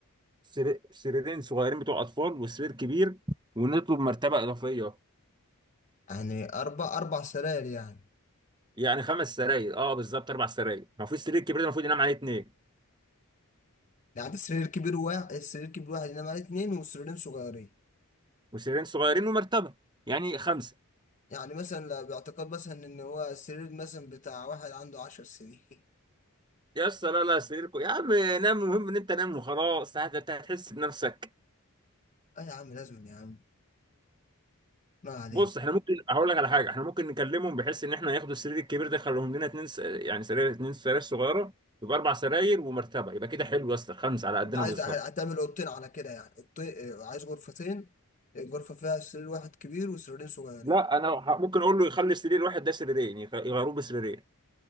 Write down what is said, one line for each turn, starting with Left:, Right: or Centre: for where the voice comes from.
Right: سر- سريرين صغيرين بتوع اطفال وسرير كبير ونطلب مرتبه اضافيه
Left: يعني أربع أربع سراير يعني
Right: يعني خمس سراير اه بالظبط اربع سراير ما في السرير الكبير ده المفروض ينام عليه اثنين
Left: يعني سرير كبير واحد السرير كبير واحد ينام عليه اتنين وسريرين صغيرين
Right: وسريرين صغيرين ومرتبه يعني خمسه
Left: يعني مثلا لا- باعتقاد مثلا إن هو السرير مثلا بتاع واحد عنده عشر سنين
Right: يا اسطى لا لا سريركم يا عم نام المهم ان انت نام وخلاص هت- هت- هتحس بنفسك
Left: <laughs> أه يا عم لازم يا عم ما علينا
Right: بص احنا ممكن هقول لك على حاجه احنا ممكن نكلمهم بحيث ان احنا ياخدوا السرير الكبير ده يخليهم لنا اتنين س... يعني سرير اتنين سراير صغيره يبقى اربع سراير ومرتبه يبقى كده حلو يا اسطى خمسه على قدنا
Left: أنت عايز
Right: بالظبط
Left: هتعمل أوضتين على كده يعني أوضتين آه، عايز غرفتين غرفة فيها سرير واحد كبير وسريرين صغيرين
Right: لا انا ه- ممكن اقول له يخلي سرير واحد ده سريرين يخ- يغيروه بسريرين